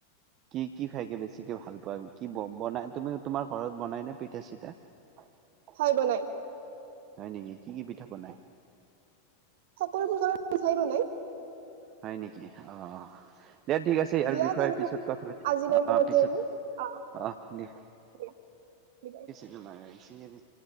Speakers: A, on the right (about 35°); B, on the right (about 50°).
A: কি কি খাইকে বেছিকে ভাল পোৱা কি ব বনাই তুমি তোমাৰ ঘৰত বনাই নে পিঠা চিঠা? <unintelligible>
B: হয় বনাই।
A: হয় নেকি কি কি পিঠা বনাই?
B: সকলোটো কাৰণ পিঠাই বনাই।
A: হয় নেকি অ অ দে ঠিক আছে ইয়াৰ
B: দিয়া
A: বিষয়ে
B: তেনেহলে
A: পিছত কথা পাতি
B: আজিলৈ ইমানতে
A: অ পিছত
B: আৰু আহ
A: অ দে।
B: দিয়া বিদায়।
A: <unintelligible>